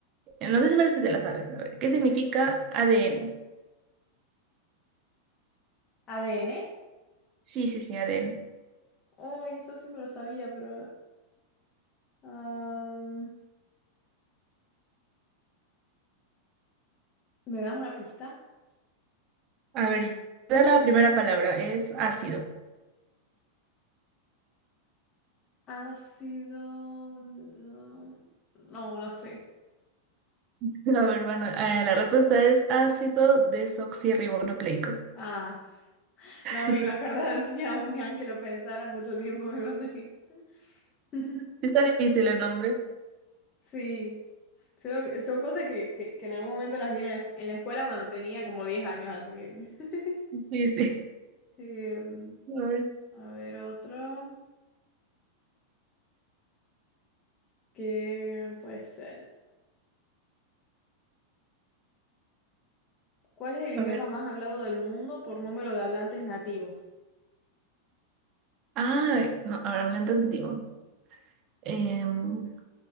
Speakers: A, on the right; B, on the left.
A: eh, No sé si parece de las aves. A ver, ¿qué significa ADN?
B: ADN.
A: Sí, sí, sí, ADN.
B: ¡Ay! eso sí me lo sabía, pero... am, ¿me das una pista?
A: A ver, ya la primera palabra es ácido.
B: Ácido... No, no sé.
A: <laughs> A ver, bueno, eh,
B: Sí.
A: la respuesta es ácido desoxirribonucleico.
B: Ah,
A: <laughs>
B: no me iba a acordar <laughs> si aún ni aunque lo pensara mucho tiempo me iba a salir. <laughs>
A: Sí, Está difícil el nombre.
B: Sí. Son, son cosas que, que- que en algún momento las vi en la, en la escuela cuando tenía como 10 años, así que... <laughs>
A: Sí, sí.
B: Eh,
A: A ver,
B: a ver otro. ¿Qué puede ser? ¿Cuál es el
A: a
B: idioma
A: ver.
B: más hablado del mundo por número de hablantes nativos?
A: Ay, no, ahora hablantes nativos. Em,